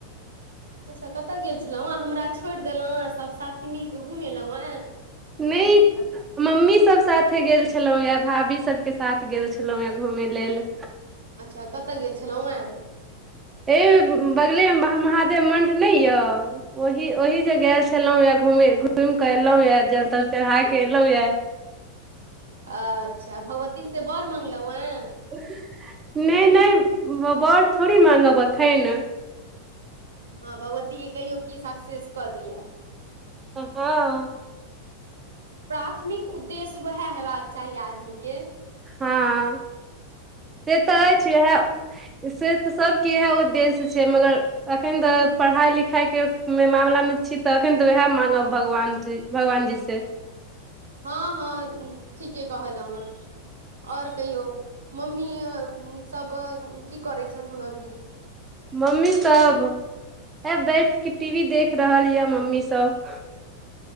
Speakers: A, on the right; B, on the right.
A: अच्छा कता गेल छलौ ए हमरा छोड़ देलौ ए सब साथी मिल के घुम एलौ एं।
B: नै मम्मी सब‌ साथे गेल छलौ या, भाभी सबके साथ गेल छलौ या घूमय लेल।
A: अच्छा कता गेल छलौ ऐं।
B: ए उम्म बगले मे महा महादेव मण्ठ नै या, ओही-ओही जे गेल छलो या घूमै, घुम कऽ एलौ या, जल-तल चढ़ाए के एलौ या।
A: आच्छा भगवती से बोर मंगलौ ऐं।
B: <unintelligible> नै नै उम्म बोर थोड़ी मांगब अखैन।
A: अहाँ भगवती के कहियौ की सक्सेस कऽ दिया।
B: अ हाँ।
A: प्राथमिक उद्देश्य त उहाए हैबाक चाही आदमी के।
B: हां। से
A: हँ
B: ते एछ उहाए। से ते सबके इहाए उद्देश्य छै मगर अखन तऽ पढ़ाई-लिखाई के मे मामला मे छी तऽ अखेन तऽ उहाए मांगब भगवान से, भगवानजी से।
A: हाँ-हाँ उम्म ठीके कहलौ एं और कहियौ। मम्मी अ उम्म सब अ की करै छथुन अभी।
B: मम्मी सब ए बैठ के टी वी देख रहल या मम्मी सब।